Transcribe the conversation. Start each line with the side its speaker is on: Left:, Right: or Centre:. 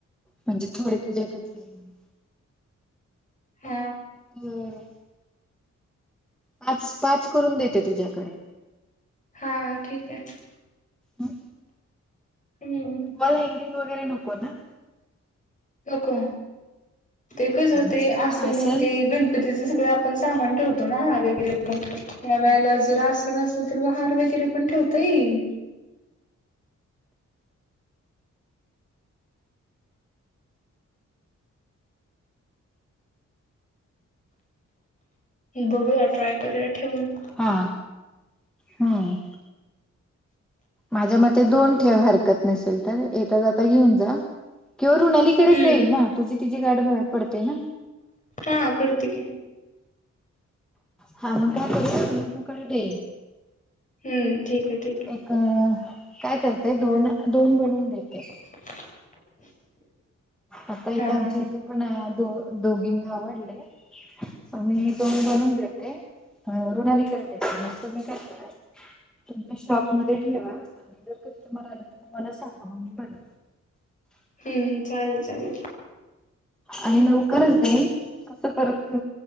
Centre: म्हणजे थोडे तुझ्याकडे. मी
Left: ह
Centre: अ पाच पाच करून देते तुझ्याकडे
Left: हां ठीक आहे
Centre: हम.
Left: हम्म.
Centre: हँंगिंग वगैरे नको ना.
Left: नको ते कसं
Centre: हा मग
Left: ते
Centre: फक्त
Left: अस
Centre: आसन
Left: नाही ते गणप. सगळ आपण सामान ठेवतो ना ह वगरे ह वेळेला
Centre: हा
Left: जर अस न अस तर मग हार वगैरे पण ठेवता येईल. बघूया ट्राय करूया ठेवून.
Centre: हा हम्म. माझ्या मते दोन ठेवा हरकत नसेल तर,, येेत ज आता घेऊन जा किंवा रुणालीकडेच
Left: हम्म
Centre: जाईल ना तुझी तिचीी गाड पडते ना
Left: हा प्रडतके
Centre: हा मग काय गकडे देईल
Left: हम्म ठीक आहे ठीक आहे
Centre: एक काय करते दोन दोन बनून देते
Left: <inaudible>
Centre: आता
Left: आहे
Centre: इथे
Left: हा
Centre: आमच्या इथे पण द दोघींना आवडले आणि दोन बनून देते रुणाली करत यायच मग तुम्ही काय कर तुमच्या शॉपमध्येध्ये ठेवा आणि जर कस्टमर आलं तर मग मला सांगा बला
Left: हम्म चालेल चालेल
Centre: आणि लवकरच देल कं करत